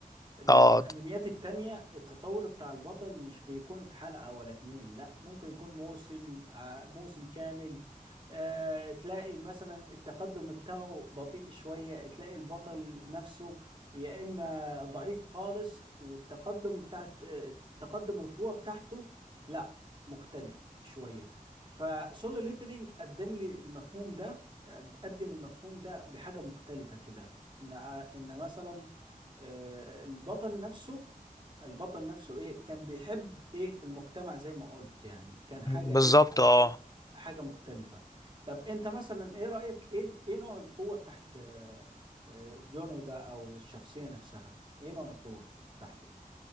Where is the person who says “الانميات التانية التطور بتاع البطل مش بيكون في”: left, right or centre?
Right